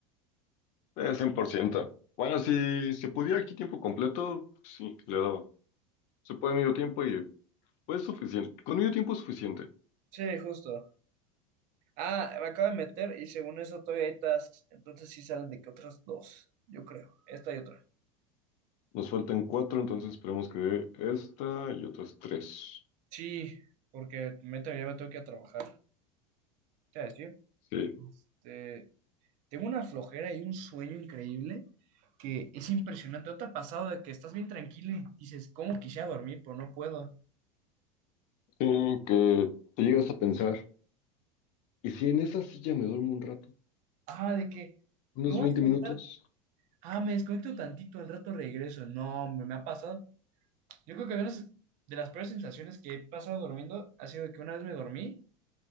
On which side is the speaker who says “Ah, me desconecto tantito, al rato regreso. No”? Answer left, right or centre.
Right